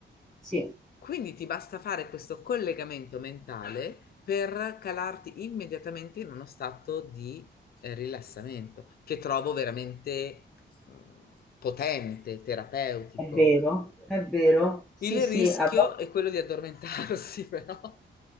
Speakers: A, in the centre; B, on the left (about 50°).
A: sì,
B: Quindi ti basta fare questo collegamento mentale per calarti immediatamente in uno stato di eh, rilassamento, che trovo veramente mh, potente, terapeutico.
A: è vero, è vero, sì,
B: Il
A: sì.
B: rischio
A: a vo-
B: è quello di addormentarsi, <laughs> però.